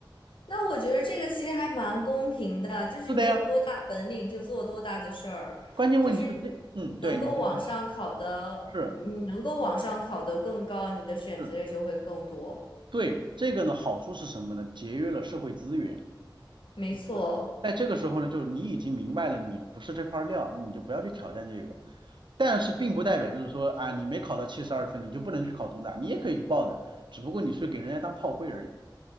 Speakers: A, on the left (about 80°); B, on the right (about 70°).
A: 那我觉得这个其实还蛮公平的，就是你有多大本领就做多大的事儿，
B: 是的呀，关键问题是这，
A: 就是你你能够往上考的，
B: 嗯，对，你就说是
A: 你你能够往上考的更高，你的选择也就会更多。
B: 是，对，这个呢好处是什么呢？节约了社会资源，
A: 没错，
B: 就是在这个时候呢，就是你已经明白了你不是这块料，你就不要去挑战这个。但是并不代表就是说啊，
A: 是。
B: 你没考到七十二分，你就不能去考东大，你也可以去报的，只不过你是给人家当炮灰而已。